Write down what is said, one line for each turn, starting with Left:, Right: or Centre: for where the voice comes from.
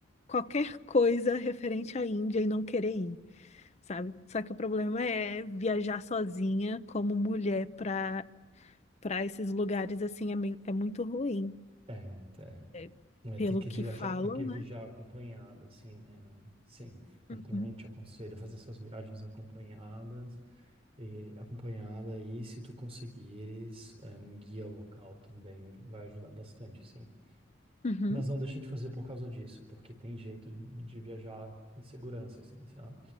Left: qualquer coisa referente à Índia e não querer ir, sabe? Só que o problema é viajar sozinha como mulher para para esses lugares assim é, men- é muito ruim,
Right: é, é.
Left: é,
Right: É,
Left: pelo
Right: tem que
Left: que
Right: viajar,
Left: falam,
Right: tem que viajar
Left: né?
Right: acompanhada, assim, é, é, sim. Eu
Left: Uhum,
Right: também te aconselho a fazer essas viagens acompanhadas, e acompanhada e se tu conseguires é, um guia local também vai ajudar bastante, assim.
Left: uhum,
Right: Mas não deixa de fazer por causa disso, porque tem jeito de viajar em segurança, assim, sabe?